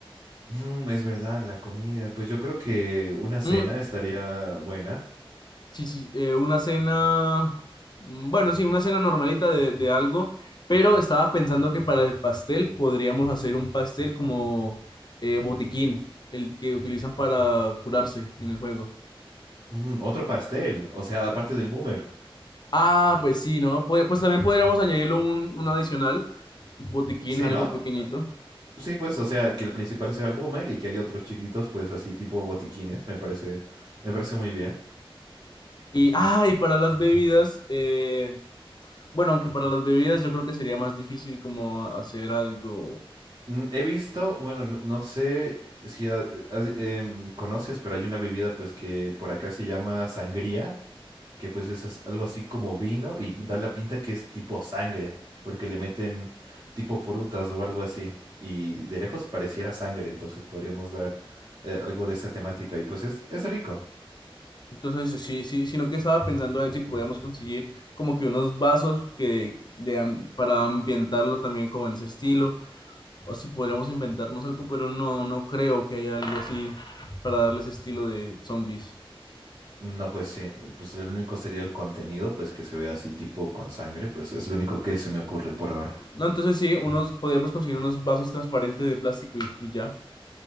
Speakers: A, on the right (about 45°); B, on the left (about 50°).
A: Mm, es verdad, la comida, pues yo creo que una cena
B: Mm,
A: estaría buena.
B: Sí, sí, eh, una cena, mm, bueno, sí, una cena normalita de, de algo, pero estaba pensando que para el pastel podríamos hacer un pastel como eh, botiquín, el que utilizan para curarse en el juego.
A: Mm, otro pastel, o sea, aparte del boomer.
B: Ah, pues sí, ¿no? Pod- pues también podríamos añadirlo un, un adicional, botiquín,
A: Sí,
B: algo
A: ¿no?
B: pequeñito.
A: Sí, pues, o sea, que el principal sea el boomer y que haya otros chiquitos, pues, así tipo botiquines, me parece, me parece muy bien.
B: Y, ah, y para las bebidas, eh, bueno, aunque para las bebidas yo creo que sería más difícil como hacer algo.
A: Mm, he visto, bueno, no, no sé si ha- eh, has- em, conoces, pero hay una bebida, pues, que por acá se llama sangría, que pues es as- algo así como vino y da la pinta que es tipo sangre, porque le meten tipo frutas o algo así. Y de lejos pareciera sangre, entonces podríamos dar eh, algo de esa temática y pues es, es rico.
B: Entonces, sí, sí, sino que estaba pensando a ver si podíamos conseguir como que unos vasos que, de, am- para ambientarlo también como en ese estilo, o si podríamos inventarnos algo, pero no, no creo que haya algo así para darle ese estilo de zombies.
A: No, pues sí, pues el único sería el contenido, pues que se vea así tipo con sangre, pues es lo único que se me ocurre por ahora.
B: No, entonces sí, unos, podríamos conseguir unos vasos transparentes de plástico y, y ya.